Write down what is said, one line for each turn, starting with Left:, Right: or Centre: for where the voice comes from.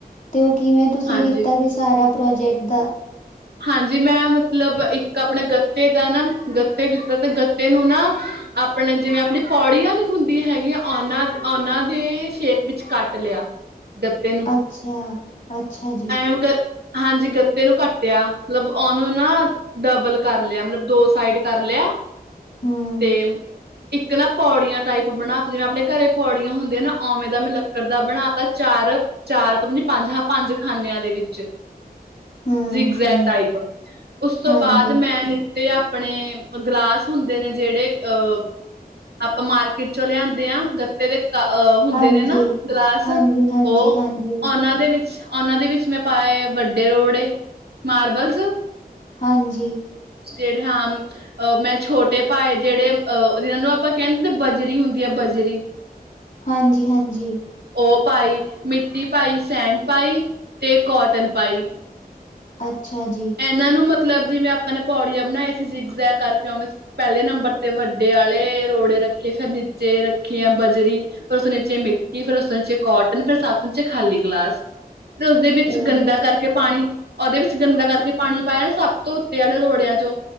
Left: ਤੇ ਉਹ ਕਿਵੇਂ ਤੁਸੀਂ
Right: ਹਾਂਜੀ।
Left: ਕੀਤਾ ਸੀ ਸਾਰਾ ਪ੍ਰੋਜੈਕਟ ਦਾ।
Right: ਹਾਂਜੀ ਮੈਂ ਮਤਲਬ ਇੱਕ ਆਪਣੇ ਗੱਤੇ ਦਾ ਨਾ ਗੱਤੇ ਦਿੱਤਾ ਤੇ ਗੱਤ ਗੱਤੇ ਨੂੰ ਨਾ ਆਪਣਾ ਜਿਵੇਂ ਆਪਣੀ ਪੌੜੀਆਂ ਨਹੀਂ ਹੁੰਦੀਆਂ ਹੈਗੀਆਂ ਉਹਨਾਂ, ਉਹਨਾਂ ਦੇ ਸ਼ੇਪ, ਵਿੱਚ ਕੱਟ ਲਿਆ। ਗਤ ਨੂੰ
Left: ਅੱਛਾ, ਅੱਛਾ ਜੀ
Right: ਐਮ ਗ ਹਾਂਜੀ ਗੱਤੇ ਨੂੰ ਕਟ ਕਿਆ ਮਤਲਬ ਉਹਨੂੰ ਨਾ ਡਬਲ ਕਰ ਲਿਆ,। ਮਤਲਬ ਦੋ ਸਾਈਡ ਕਰ ਲਿਆ।
Left: ਹੂੰ,
Right: ਤੇ ਇੱਕ ਨਾ ਪੌੜੀਆਂ ਟਾਈਪ ਬਣਾ ਤ, ਜਿਵੇਂ ਆਪਣੇ ਘਰੇ ਪੌੜੀਆਂ ਹੁੰਦੀਆਂ ਨਾ ਉਵੇਂ ਦਾ ਮੈਂ ਲੱਕੜ ਦਾ ਬਣਾ ਤਾ ਚਾਰ। ਚਾਰ ਪਤਾ ਨੀ ਪੰਜ, ਹਾਂ ਪੰਜ ਖਾਨਿਆਂ ਦੇ ਵਿੱਚ।
Left: ਹੂੰ,
Right: ਜਿਗਜ਼ੈਕਟ
Left: ਹੂੰ
Right: ਟਾਈਪ, ਉਸ ਤੋਂ
Left: ਹਾਂਜੀ,
Right: ਬਾਅਦ ਮੈਂ ਤੇ ਆਪਣੇ ਗਲਾਸ ਹੁੰਦੇ ਨੇ ਜਿਹੜੇ ਅਹ ਆਪਾਂ ਮਾਰਕੀਟ ਚੋਂ ਲਿਆਂਦੇ ਹਾਂ, ਗੱਤੇ ਦੇ ਤ ਅ ਹੁੰਦੇ
Left: ਹਾਂਜੀ।
Right: ਨੇ ਨਾ ਗਿਲਾਸ
Left: ਹਾਂਜੀ,
Right: ਉਹ,
Left: ਹਾਂਜੀ, ਹਾਂਜੀ,
Right: ਉਹਨਾਂ ਦੇ ਵਿੱਚ ਉਹਨਾਂ ਦੇ ਵਿੱਚ ਮੈਂ ਪਾਏ ਵੱਡੇ ਰੋੜੇ ਮਾਰਬਲਸ
Left: ਹਾਂਜੀ।
Right: ਜਿਹੜੇ ਹਾਂ। ਅਹ ਮੈਂ ਛੋਟੇ ਪਾਏ, ਜਿਹੜੇ ਅਹ ਜਿਹਨਾਂ ਨੂੰ ਆਪਾਂ ਕਹਿੰਦੇ ਹਾਂ ਨਾ ਬਜਰੀ ਹੁੰਦੀ ਆ ਬਜਰੀ। ਹਾਂਜੀ।
Left: ਹਾਂਜੀ-ਹਾਂਜੀ।
Right: ਉਹ ਪਾਈ ਮਿੱਟੀ ਪਾਈ, ਸੈਂਟ ਪਾਈ, ਤੇ ਕੋਟਨ ਪਾਈ।
Left: ਅੱਛਾ ਜੀ।
Right: ਇਹਨਾਂ ਨੂੰ ਮਤਲਬ ਜਿਵੇਂ ਆਪਾਂ ਨੇ ਪੌੜੀਆਂ ਬਣਾਏ ਸੀ ਜਿਗਜ਼ ਕਰਕੇ ਓਵੇਂ। ਪਹਿਲੇ ਨੰਬਰ ਤੇ ਵੱਡੇ ਆਲੇ ਰੋੜੇ ਰੱਖੇ, ਫੇਰ ਨੀਚੇ ਰੱਖੀ ਆ ਬਜਰੀ। ਫਿਰ ਉਸ ਦੇ ਨੀਚੇ ਮਿੱਟੀ, ਫੇਰ ਉਸ ਦੇ ਨੀਚੇ ਕੋਟਨ, ਫੇਰ ਸਭ ਤੋਂ ਨੀਚੇ ਖਾਲੀ ਗਲਾਸ। ਤੇ ਉਸਦੇ ਵਿੱਚ
Left: ਓ
Right: ਗੰਦਾ ਕਰਕੇ ਪਾਣੀ, ਉਹਦੇ ਵਿੱਚ ਗੰਦਾ ਕਰਕੇ। ਪਾਣੀ ਪਾਇਆ ਨਾ ਸਭ ਤੋਂ ਉੱਤੇ ਵਾਲੇ ਰੋੜਿਆਂ ਚੋਂ,